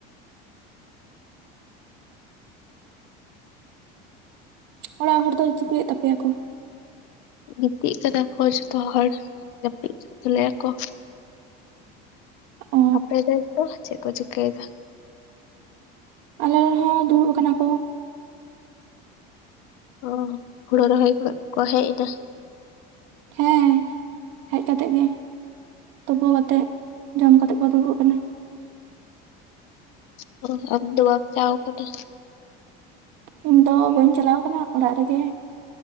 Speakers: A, on the right; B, on the left.
A: ᱚᱲᱟᱜ ᱦᱚᱲ ᱫᱚ ᱪᱤᱠᱟᱹᱭᱮᱫ ᱛᱟᱯᱮᱭᱟ ᱠᱚ?
B: ᱜᱤᱛᱤᱜ ᱠᱟᱱᱟ ᱠᱚ ᱡᱷᱚᱛᱚ ᱦᱚᱲ ᱡᱟᱹᱯᱤᱫ ᱠᱟᱜ ᱛᱟᱞᱮᱭᱟ ᱠᱚ᱾
A: ᱚ
B: ᱟᱯᱮ ᱨᱮᱱ ᱫᱚ ᱪᱮᱫ ᱠᱚ ᱪᱤᱠᱟᱹᱭ ᱫᱟ?
A: ᱟᱞᱮ ᱨᱮᱱ ᱦᱚᱸ ᱫᱩᱬᱩᱵ ᱟᱠᱟᱱᱟ ᱠᱚ᱾
B: ᱚ ᱦᱩᱬᱩ ᱨᱚᱦᱚᱭ ᱠᱷᱚᱱᱟᱜ ᱠᱚ ᱦᱮᱡ ᱮᱱᱟ?
A: ᱦᱮᱸ ᱦᱮᱡ ᱠᱟᱛᱮᱜ ᱜᱮ ᱛᱳᱯᱳ ᱠᱟᱛᱮᱜ ᱡᱚᱢ ᱠᱟᱛᱮᱜ ᱠᱚ ᱫᱩᱲᱩᱵ ᱟᱠᱟᱱᱟ᱾
B: <unintelligible> ᱟᱢᱫᱚ ᱵᱟᱢ ᱪᱟᱣ ᱠᱟᱱᱟ?
A: ᱤᱧ ᱫᱚ ᱵᱟᱹᱧ ᱪᱟᱞᱟᱣ ᱠᱟᱱᱟ ᱚᱲᱟᱜ ᱨᱮᱜᱮ